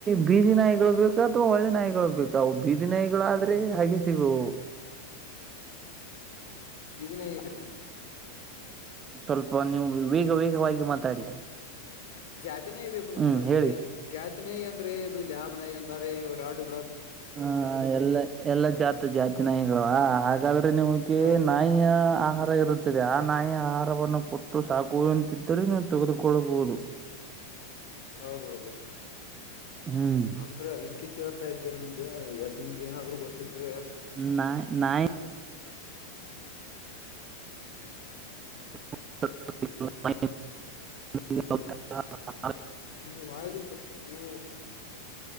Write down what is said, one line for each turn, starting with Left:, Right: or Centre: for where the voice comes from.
Right: ಬೀದಿ ನಾಯಿಗಳು ಬೇಕು ಅಥವಾ ಒಳ್ಳೆ ನಾಯಿಗಳು ಬೇಕವು ಬೀ ಬೀದಿ ನಾಯಿಗಳು ಆದ್ರೆ
Left: ನಮಗೆ
Right: ಹಾಗೆ ಸಿಗುವು
Left: ಬೀದಿ ನಾಯಿ ಏರ
Right: ಸ್ವಲ್ಪ ನೀವು ವೇಗ ವೇಗವಾಗಿ ಮಾತಾಡಿ
Left: ಜಾತಿ ನಾಯಿ ಬೇಕು ನಮ್ಗಳಗೆ
Right: ಹ್ಮ್ ಹೇಳಿ
Left: ಜಾತಿ ನಿ ಅಂದ್ರೆ ಇದು ಲಾಬ್ ನ ಅಂತಾರೆಾಡು
Right: ಹಾ ಎಲ್ಲ ಎಲ್ಲಾ ಜಾತ ಜಾತಿ ನಾಯಿಗಳವ ಹಾಗ ಹಾಗಾದ್ರೆ ನಿಮಗೆ
Left: ಹೌದು
Right: ನಾಯಿಯ ಆಹಾರ ಇರುತ್ತೆ ಆ ನಾಯಿಯ ಆಹಾರವನ್ನು ಕೊಟ್ಟು ಸಾಕುವಂತಿದ್ದರೆ ನೀವು ತೆಗೆದುಕೊಳ್ಳಬಹುದು <inaudible>
Left: ಹೌದೌದು
Right: ಹ್ಮ್
Left: ಅಂದ್ರೆ ಅದಕ್ಕೆ ಕೇಳ್ತಾ ಇದ್ದೆ ನಿಮ್ಗೆ ನಿಮಗ ಏನಾದ್ರು ಗೊತ್ತಿದ್ರೆ
Right: <inaudible> ನ್ ನಾಯಿ <inaudible> <unintelligible>
Left: -ನೀವು ವಾಯ ಜತ್ತು ನೀವು <inaudible>